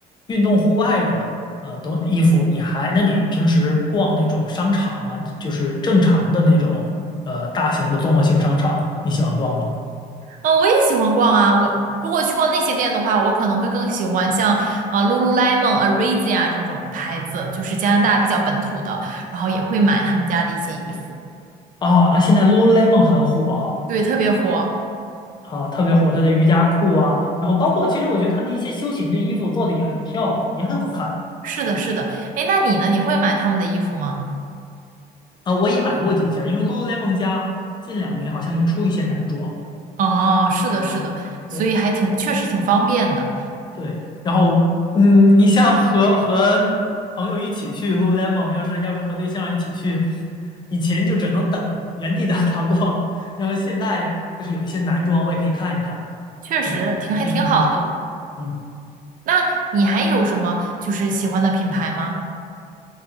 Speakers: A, on the left; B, on the right.
A: 运动户外的呃东衣服，你还那你平时逛那种商场吗？就是正常的那种呃大型的综合性商场，你喜欢逛吗？
B: 嗯，我也喜欢逛啊。我如果去逛那些店的话，我可能会更喜欢像啊、呃 Lululemon、a r a z i a 这种牌子，就是加拿大比较本土的，然后也会买他们家的一些衣服。
A: 啊啊！现在 Lululemon 很火哈
B: 对，特别火。
A: 啊，特别火，它的瑜伽裤啊，然后包括其实我觉得它的一些休闲的衣服做的也很漂亮，也很好看
B: 是的，是的。哎，那你呢？你会买他们的衣服吗？
A: 啊。我也买过几件，因为 Lululemon 家近两年好像也出一些男装
B: 哦，是的，是的。
A: 啊。
B: 所以还挺，
A: 对
B: 确实挺方便的，
A: 对，然后嗯，你像和和朋友一起去 Lululemon，要是要是和对象一起去，以前就只能等原地等他逛，然后现在就是有一些男装我也可以看一看，
B: 确实挺还挺好的。
A: 就是可以同时嗯。
B: 那你还有什么就是喜欢的品牌吗？